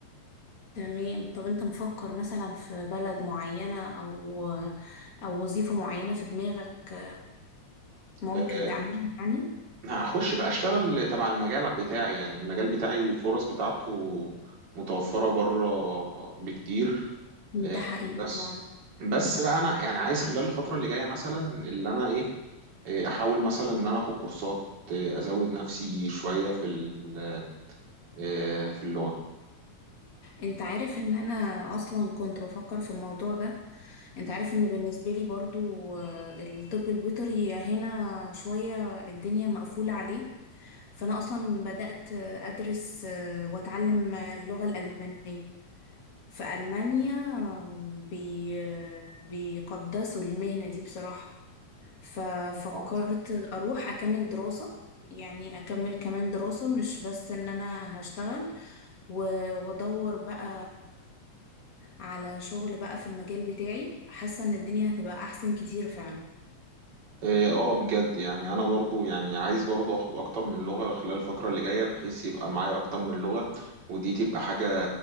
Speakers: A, on the left (about 65°); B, on the right (about 45°).
A: تمام طب انت مفكر مثلا في بلد معينة او او وظيفة معينة في دماغك ممكن
B: آه،
A: تعملها يعني
B: هخش بقى اشتغل تبع المجال بتاعي يعني المجال بتاعي الفرص بتاعته متوفرة بره بكتير إيه،
A: ده حقيقي
B: بس
A: فعلا
B: بس بقى انا يعني عايز خلال الفتره اللي جايه مثلا اللي انا ايه إيه، احاول مثلا ان انا اخد كورسات إيه، ازود نفسي شويه في ال- إيه، في اللغه
A: انت عارف ان انا اصلا كنت بفكر في الموضوع ده انت عارف ان بالنسبة لي برضو آه، الطب البيطري هنا شوية الدنيا مقفولة عليه فأنا أصلا بدأت أدرس آه، وأتعلم آه، اللغة الألمانية في ألمانيا آه، بي آه، بيقدسوا المهنة دي بصراحة ففكرت
B: اه
A: أروح أكمل دراسة يعني أكمل كمان دراسة مش بس إن أنا هشتغل و- وأدور بقى على شغل بقى في المجال بتاعي حاسة إن الدنيا هتبقى أحسن كتير فعلا
B: إيه، اه بجد يعني انا برضو يعني عايز برضو اخد اكتر من لغه خلال الفتره اللي جايه بحيث يبقى معايا اكتر من لغه ودي تبقى حاجه